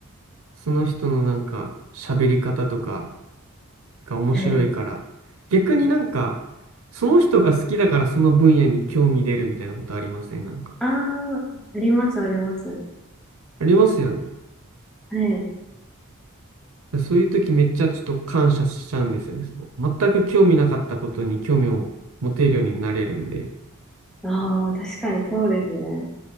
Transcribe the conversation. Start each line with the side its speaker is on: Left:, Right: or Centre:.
Right: その人のなんか、喋り方とか、が面白いから。
Centre: はい。
Right: 逆になんか、その人が好きだからその分野に興味出るみたいなことありませんなんか。
Centre: ああ、あります、あります。
Right: ありますよね。
Centre: はい。
Right: そういう時めっちゃちょっと感謝しちゃうんですよね。その全く興味なかったことに興味を持てるようになれるんで。
Centre: ああ、確かにそうですね。